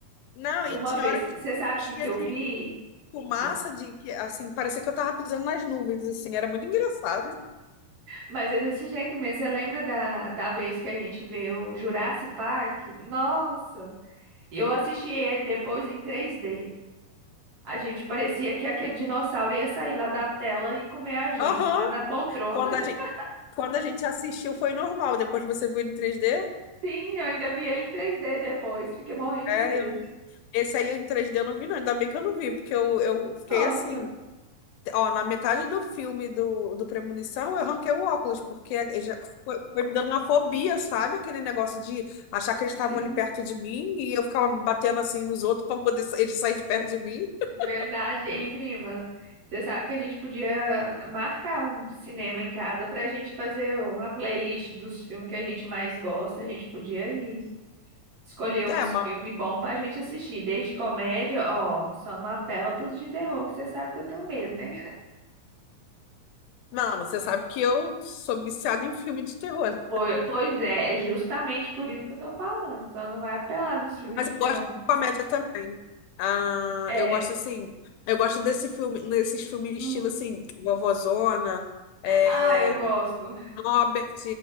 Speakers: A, on the left; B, on the right.
A: Não, e
B: Uma
A: tinha
B: vez,
A: hora que
B: você sabe
A: tinha
B: o que que eu
A: de
B: vi?
A: fumaça,
B: No-
A: de que, assim, parecia que eu tava pisando nas nuvens, assim, era muito engraçado.
B: Mas é desse jeito mesmo. Você lembra da, da vez que a gente vê o Jurassic Park? Nossa! E eu assisti ele depois em 3D. A gente parecia que aquele dinossauro ia sair lá da tela e comer a gente,
A: Aham.
B: lá na poltrona.
A: Quando
B: <laughs>
A: a gente, quando a gente assistiu foi normal, depois você viu em 3D.
B: Sim, eu ainda vi ele em 3D depois. Fiquei morrendo
A: É,
B: de medo.
A: eu- esse aí em 3D eu não vi, não. Ainda bem que eu não vi, porque eu, eu fiquei
B: Nossa!
A: assim. Ó, na metade do filme do, do Premonição, eu arranquei o óculos, porque ele já foi, foi me dando uma fobia, sabe? Aquele negócio de achar que eles estavam
B: Sim,
A: ali perto de mim e eu ficava batendo assim nos outros para poder sa- eles saírem de perto de mim. <laughs>
B: Verdade, hein, prima? Você sabe que a gente podia marcar um cinema em casa pra gente fazer uma playlist dos filmes que a gente mais gosta. A gente podia ir escolher uns
A: É, mas,
B: filmes bons pra gente assistir. Desde comédia, ó, só não apela pros de terror, que você sabe que eu tenho medo, né?
A: não, você sabe que eu sou viciada em filme de terror.
B: Po- Pois é, é justamente por isso que eu tô falando. Só não vai apelar nos filmes
A: Mas
B: de
A: eu
B: terror.
A: gosto
B: né?
A: de comédia também. Ah,
B: É.
A: eu gosto assim, eu gosto desse filme, desses filmes
B: hum.
A: estilo assim, Vovozona, é,
B: Ah, eu gosto.
A: Robert,